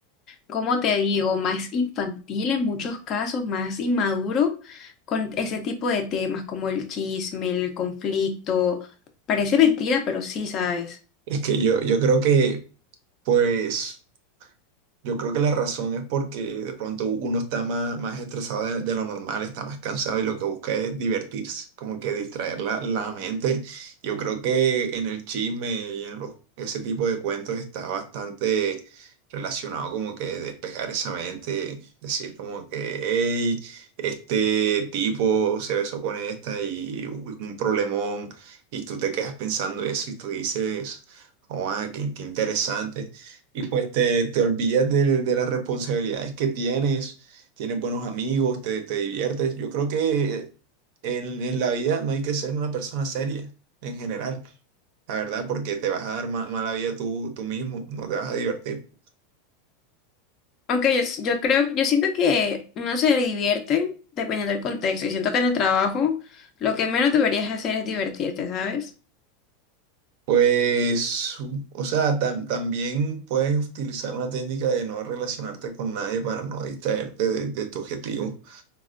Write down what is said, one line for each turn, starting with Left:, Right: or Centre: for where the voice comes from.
Left: ¿cómo te digo? Más infantil en muchos casos, más inmaduro con ese tipo de temas como el chisme, el conflicto. Parece mentira, pero sí, ¿sabes?
Right: es que yo, yo creo que, pues. Yo creo que la razón es porque de pronto uno está más, más estresado de, de lo normal, está más cansado y lo que busca es divertirse, como que distraer la, la mente. Yo creo que en el chisme y en los, ese tipo de cuentos está bastante relacionado como que despejar esa mente, decir como que, hey, este tipo se besó con esta y hubo un problemón y tú te quedas pensando eso y tú dices, oh, ah, qué qué interesante. Y pues te, te olvidas de, de las responsabilidades que tienes, tienes buenos amigos, te, te diviertes. Yo creo que en, en la vida no hay que ser una persona seria en general, la verdad, porque te vas a dar ma- mala vida tú, tú mismo, no te vas a divertir.
Left: Aunque yo, s- yo creo, yo siento que uno se divierte dependiendo del contexto y siento que en el trabajo lo que menos deberías hacer es divertirte, ¿sabes?
Right: Pues, o sea, tam- también puedes utilizar una técnica de no relacionarte con nadie para no distraerte de, de tu objetivo.